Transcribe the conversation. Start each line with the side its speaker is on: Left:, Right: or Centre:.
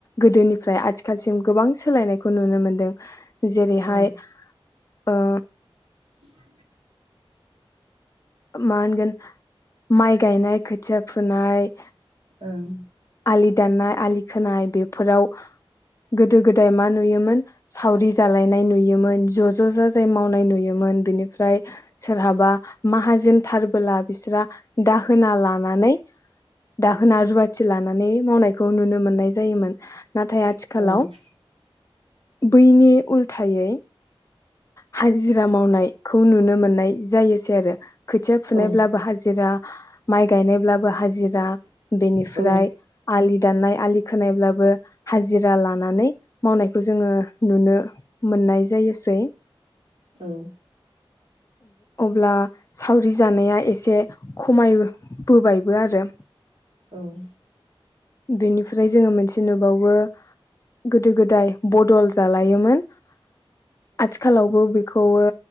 Left: गोदोनिफ्राय आथिखालसिम गोबां सोलायनायखौ नुनो मोनदों। जेरैहाय
Right: ओं औ औ
Left: ओ
Right: <inaudible>
Left: मा होनगोन माइ गायनाय खोथिया फुनाय
Right: ओं
Left: आलि दाननाय आलि खोनाय बेफोराव गोदो गोदाय मा नुयोमोन सावरि जालायनाय नुयोमोन ज ज जा जाय मावनाय नुयोमोन। बिनिफ्राय सोरहाबा जोनथारबोला बिसोर दाहोना लानानै दाहोना रुवाथि लानानै मावनायखौ नुनो मोननाय जायोमोन नाथाय आथिखालाव
Right: औ औ औ
Left: बैनि उल थायै हाजिरा मावनायखौ नुनो मोननाय जायोसै आरो । खोथिया
Right: ओं
Left: फुनायब्लाबो
Right: औ
Left: हाजिरा माइ गायनायब्ला हाजिरा बेनिफ्राय
Right: औ
Left: आलि दाननाय आलि खोनायब्लाबो हाजिरा लानानै मावनायखौ जोङो नुनो मोननाय जायोसै ।
Right: औ
Left: अब्ला सावरि जानाया एसे खमायबोबायबो आरो
Right: औ'
Left: बेनिफ्राय जोङो मोनसे नुबावो गोदो गोदाय बदल जालायोमोन । आथिखालावबो बेखौ खौबो